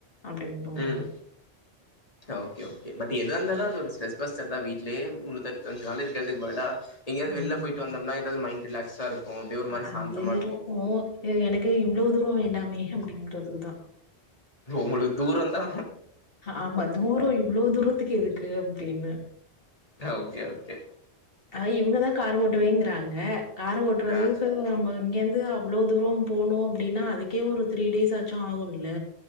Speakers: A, on the left; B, on the left.
A: அப்டின்னு தோணுது
B: உம் ஓகே ஓகே பட் எதா இருந்தாலும்
A: ம்
B: அது ஒரு ஸ்பெஸ் சரிதான் வீடலயே முன்னூத்தி அருவத்தஞ்சி நாளு இருக்குறதுக்கு பதிலா எங்கேயாவது வெளில
A: ம்
B: போயிட்டு வந்தமனா எதா மைண்ட்டு ரிலாக்ஸா இருக்கும் அப்படியே ஒரு மாதிரி
A: அது
B: சாந்தமாக
A: இருக்கும் எனக்கு இவ்ளோ தூரம் வேண்டாமே அப்டிங்குறதுக்கு தான்
B: உங்களுக்கு தூரந்தா
A: ஆமா தூரோ இவ்ளோ தூரத்துக்கு எதுக்கு அப்டின்னு
B: ஓகே ஓகே
A: அ இவுங்க தான் கார் ஓட்டுவேங்குறாங்க கார் ஓட்டுறதுக்கு
B: ஆ
A: இங்கேருந்து அவ்ளோ தூரோ போணும் அப்படின்னா அதுக்கே ஒரு த்ரீ டேஸ் ஆச்சும் ஆகும்ல